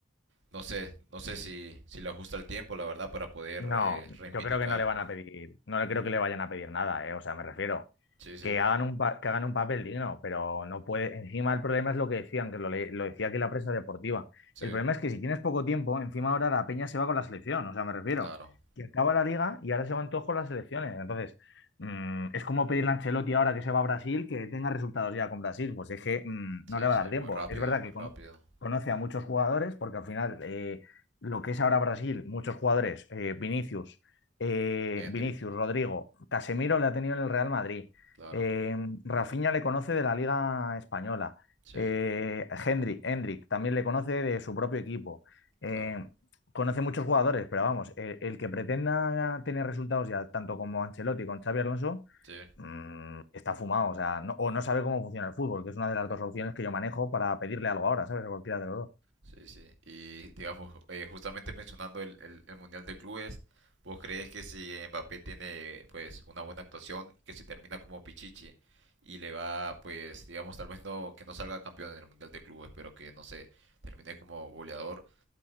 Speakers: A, on the right; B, on the left.
A: no sé, no sé si, si le ajusta el tiempo, la verdad, para poder
B: No,
A: eh, reivindicar.
B: yo creo que no le van a pedir, no le creo que le vayan a pedir nada, eh. O sea, me refiero.
A: Sí, sí.
B: que hagan un, pa- que hagan un papel digno, pero no puede. Encima el problema es lo que decían, que lo, le- lo decía aquí la prensa deportiva.
A: Sí,
B: El problema es que si tienes poco tiempo, encima ahora la peña se va con la selección, o sea, me refiero,
A: claro.
B: que acaba la liga y ahora se van todos con las selecciones. Entonces, mm, es como pedirle a Ancelotti ahora que se va a Brasil que tenga resultados ya con Brasil, pues es que mm, no
A: Sí,
B: le va
A: sí,
B: a dar tiempo.
A: muy rápido,
B: Es verdad
A: muy
B: que
A: rápido.
B: cono- conoce a muchos jugadores, porque al final eh, lo que es ahora Brasil, muchos jugadores, eh, Vinicius. eh,
A: Hendrik,
B: Vinicius, Rodrigo, Casemiro le ha tenido en el Real Madrid.
A: claro.
B: Eh, Rafinha le conoce de la Liga Española.
A: Sí,
B: Eh, Hendrik, Hendrik también le conoce de su propio equipo. Eh,
A: claro.
B: conoce muchos jugadores, pero vamos, eh, el que pretenda tener resultados ya, tanto como Ancelotti, con Xavi Alonso,
A: Sí,
B: mm, está fumado. O sea, no, o no sabe cómo funciona el fútbol, que es una de las dos opciones que yo manejo para pedirle algo ahora, ¿sabes? A cualquiera de los dos.
A: sí, sí. Y digamos, eh, justamente mencionando el, el, el Mundial de Clubes, ¿vos crees que si Mbappé tiene pues una buena actuación, que si termina como Pichichi y le va pues digamos tal vez no que no salga campeón en el Mundial de Clubes, pero que no sé, termine como goleador,